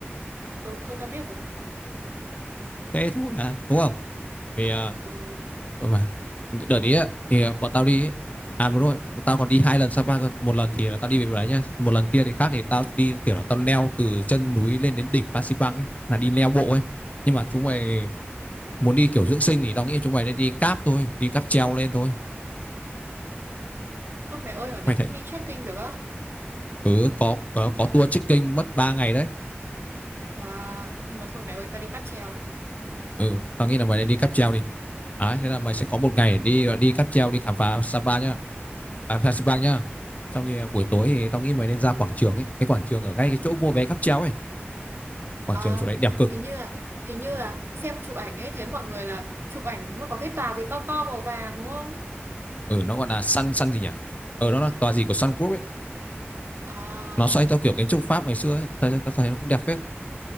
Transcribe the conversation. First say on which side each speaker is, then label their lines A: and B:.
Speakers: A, on the right; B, on the left.
A: Ừ thôi ta biết rồi.
B: thế thôi mà đúng không thì ờ,
A: Ừ.
B: Ừ mà đợt ý á thì bọn tao đi ấy. à đúng rồi bọn tao còn đi hai lần Sapa cơ một lần thì là tao đi về đấy nhá một lần kia thì khác thì tao đi kiểu là tao leo từ chân núi lên đến đỉnh Phan Xipang ấy là đi leo bộ ấy nhưng mà chúng mày muốn đi kiểu dưỡng sinh thì tao nghĩ chúng mày nên đi cáp thôi đi cáp treo lên thôi
A: Ơ mẹ ơi ở đấy
B: mày thấy
A: cũng đi trekking được á
B: ừ có có, có tour trekking mất 3 ngày đấy
A: Wow nhưng mà thôi mẹ ơi ta đi cáp treo
B: ừ tao nghĩ là mày nên đi cáp treo đi Đấy, thế là mày sẽ có một ngày để đi đi cáp treo đi khám phá Sapa nhá à, phá Sipang nhá xong thì à, buổi tối thì tao nghĩ mày nên ra quảng trường ấy cái quảng trường ở ngay cái chỗ mua vé cáp treo ấy quảng
A: à,
B: trường chỗ đấy đẹp cực
A: hình như là hình như là xem chụp ảnh ấy thấy mọi người là chụp ảnh nó có cái tà gì to to màu vàng đúng không
B: ừ nó gọi là Sun Sun gì nhỉ ừ nó là tòa gì của Sun Group ấy
A: à
B: nó xoay theo kiểu kiến trúc Pháp ngày xưa ấy tao tao tao thấy nó cũng đẹp phết